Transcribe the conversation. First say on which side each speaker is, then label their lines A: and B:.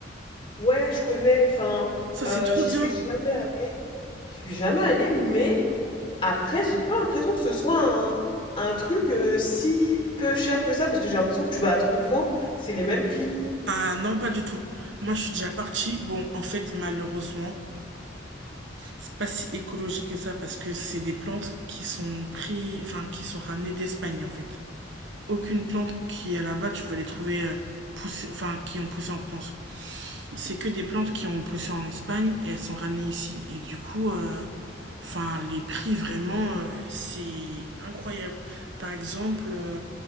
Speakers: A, on the left; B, on the right.
A: Ouais, je connais, enfin,
B: Ça, c'est
A: heu,
B: trop
A: j'y
B: bien.
A: suis jamais allée j'y suis jamais allée, mais après, j'ai pas l'impression que ce soit un un truc, heu, si peu cher que ça, parce que j'ai l'impression que tu vas à Truffaut, c'est les mêmes prix.
B: Ah non, pas du tout. Moi, je suis déjà partie. Bon, en fait, malheureusement, c'est pas si écologique que ça parce que c'est des plantes qui sont pris, enfin, qui sont ramenées d'Espagne, en fait. Aucune plante qui est là-bas, tu vas les trouver euh, poussées, enfin, qui ont poussé en France. c'est que des plantes qui ont poussé en Espagne et elles sont ramenées ici. Et du coup, euh, enfin, les prix, vraiment, euh, c'est incroyable. Par exemple, euh,